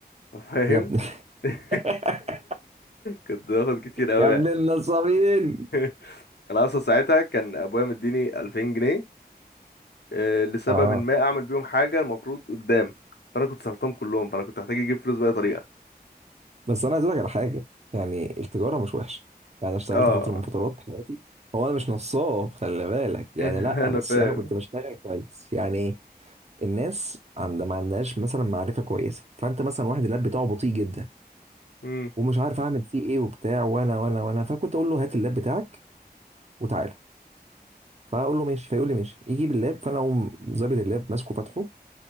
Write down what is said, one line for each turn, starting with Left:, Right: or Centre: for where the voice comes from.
Left: فاهم
Right: يا ابن
Left: <laughs>
Right: <laughs>
Left: كنت باخد كتير قوي
Right: يا ابن النصابين
Left: <laughs> انا اصلا ساعتها كان ابويا مديني 2000 جنيه آه،
Right: <laughs>
Left: لسبب
Right: اه
Left: إن ما اعمل بيهم حاجه المفروض قدام فانا كنت صرفتهم كلهم فانا كنت هحتاج اجيب فلوس باي طريقه
Right: بس انا عايز اقول لك على حاجه يعني التجاره مش وحشه يعني انا اشتغلت
Left: اه
Right: فتره من فترات حياتي هو انا مش نصاب خلي بالك
Left: <laughs>
Right: يعني لا
Left: انا
Right: بس
Left: فاهم
Right: انا كنت بشتغل كويس يعني الناس عند ما عندهاش مثلا معرفه كويسه فانت مثلا واحد اللاب بتاعه بطيء جدا
Left: امم
Right: ومش عارف اعمل فيه ايه وبتاع وانا وانا وانا فكنت اقول له هات اللاب بتاعك وتعالى فاقول له ماشي فيقول لي ماشي يجيب اللاب فانا اقوم ظابط اللاب ماسكه فاتحه